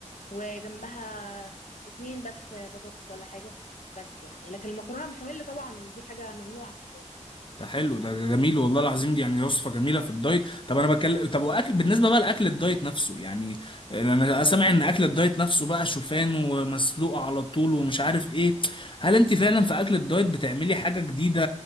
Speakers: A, on the left; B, on the left.
A: وجنبها اتنين بس بطاطس ولا حاجه بس يعني لكن المكرونه بشاميل طبعا دي حاجه ممنوعه في الدايت
B: ده حلو ده ده جميل والله العظيم دي يعني وصفة جميلة في الدايت طب انا بكلم طب واكل بالنسبة بقى لاكل الدايت نفسه يعني انا سامع ان اكل الدايت نفسه بقى شوفان ومسلوق على طول ومش عارف ايه هل انت فعلا في اكل الدايت بتعملي حاجة جديدة